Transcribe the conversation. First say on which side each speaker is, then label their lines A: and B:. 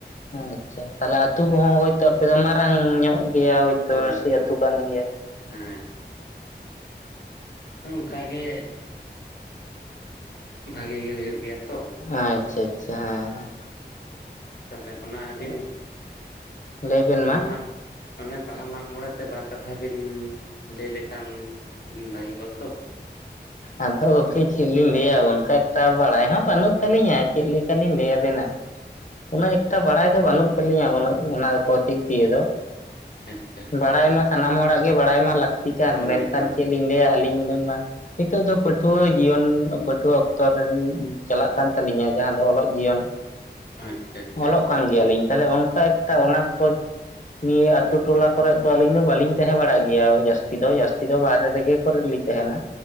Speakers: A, on the left; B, on the left.
A: ᱟᱪᱪᱷᱟ, ᱛᱟᱦᱞᱮ ᱟᱛᱳ ᱠᱚᱦᱚᱸ ᱦᱳᱭᱛᱚ ᱟᱯᱮ ᱫᱚ ᱢᱟᱨᱟᱝ ᱧᱚᱜ ᱜᱮᱭᱟ <unintelligible>
B: ᱦᱳᱭ ᱦᱳᱭ
A: ᱟᱹᱛᱩ
B: ᱦᱳᱭ
A: ᱠᱟᱱ ᱜᱮᱭᱟ᱾
B: ᱦᱮᱸ, ᱚᱱᱠᱟ ᱜᱮ᱾ ᱵᱷᱟᱜᱤ ᱜᱮ ᱦᱩᱭᱩᱜ ᱜᱮᱭᱟ ᱛᱚ᱾
A: ᱟᱪᱪᱷᱟ ᱟᱪᱪᱷᱟ, ᱦᱮᱸ
B: ᱛᱟᱦᱚᱞᱮ ᱚᱱᱟ ᱟᱹᱵᱤᱱ
A: ᱞᱟᱹᱭ ᱵᱮᱱ ᱢᱟ
B: <unintelligible> ᱚᱱᱮ ᱵᱟᱦᱟ ᱢᱟᱜ ᱢᱚᱬᱮ ᱛᱮ ᱵᱟᱨ ᱠᱟᱛᱷᱟ ᱵᱤᱱ ᱞᱟᱹᱭ ᱞᱮᱠᱷᱟᱱ ᱵᱷᱟᱭ ᱠᱚᱫ ᱛᱚ᱾
A: ᱟᱫᱚ ᱜᱚᱝᱠᱮ ᱪᱮᱫ ᱞᱤᱧ ᱞᱟᱹᱭᱟ, ᱚᱱᱠᱟ ᱮᱠᱴᱟ ᱵᱟᱲᱟᱭ ᱦᱚᱸ ᱵᱟᱹᱱᱩᱜ ᱛᱟᱹᱞᱤᱧᱟ ᱪᱮᱫ ᱞᱮᱠᱟᱞᱤᱧ ᱞᱟᱹᱭᱟᱵᱮᱱᱟ? ᱩᱱᱟᱹᱜ ᱮᱠᱴᱟ ᱵᱟᱲᱟᱭ ᱫᱚ ᱵᱟᱹᱱᱩᱜ ᱛᱟᱹᱞᱤᱧᱟ ᱩᱱᱟᱹᱜ ᱚᱱᱟ ᱯᱨᱚᱛᱤᱠ
B: ᱟᱪᱪᱷᱟ
A: ᱫᱤᱭᱮ ᱫᱚ,
B: ᱟᱪᱪᱷᱟ
A: ᱵᱟᱲᱟᱭ
B: ᱟᱪᱪᱷᱟ
A: ᱢᱟ ᱥᱟᱱᱟᱢ ᱦᱚᱲᱟᱜ ᱜᱮ ᱵᱟᱲᱟᱭ ᱢᱟ ᱞᱟᱠ ᱛᱤ ᱠᱟᱱ
B: ᱦᱳᱭ
A: ᱢᱮᱱᱠᱷᱟᱱ
B: ᱦᱳᱭ
A: ᱪᱮᱫ
B: ᱦᱳᱭ
A: ᱞᱤᱧ ᱞᱟᱹᱭᱟ ᱟᱹᱞᱤᱧ ᱨᱮᱱ ᱢᱟ ᱱᱤᱛᱚᱜ ᱫᱚ ᱯᱟᱹᱴᱷᱩᱣᱟᱹ ᱡᱤᱭᱚᱱ ᱯᱟᱹᱴᱷᱩᱣᱟᱹ ᱚᱠᱛᱚ ᱨᱮᱱ ᱪᱟᱞᱟᱜ ᱠᱟᱱ ᱛᱟᱹᱞᱤᱧᱟ ᱡᱟᱦᱟᱸ ᱫᱚ ᱚᱞᱚᱜ ᱡᱤᱭᱚᱱ
B: ᱟᱪᱪᱷᱟ ᱟᱪᱪᱷᱟ
A: ᱚᱞᱚᱜ
B: ᱟᱪᱪᱷᱟ
A: ᱠᱟᱱ
B: ᱟᱪᱪᱷᱟ
A: ᱜᱮᱭᱟᱞᱤᱧ ᱛᱟᱦᱚᱞᱮ ᱚᱱᱠᱟ ᱮᱠᱴᱟ
B: ᱚ
A: ᱚᱱᱟ ᱠᱚ ᱱᱤᱭᱟᱹ ᱟᱛᱳ ᱴᱚᱞᱟ ᱠᱚᱨᱮ ᱫᱚ ᱟᱹᱞᱤᱧ ᱫᱚ ᱵᱟᱹᱞᱤᱧ ᱛᱟᱦᱮᱸ ᱵᱟᱲᱟᱜ ᱜᱮᱭᱟ ᱡᱟᱹᱥᱛᱤ ᱫᱚ, ᱡᱟᱹᱥᱛᱤ ᱫᱚ ᱵᱟᱦᱨᱮ ᱨᱮᱜᱮ ᱠᱚᱨᱮᱫ ᱞᱤᱧ ᱛᱟᱦᱮᱸᱱᱟ᱾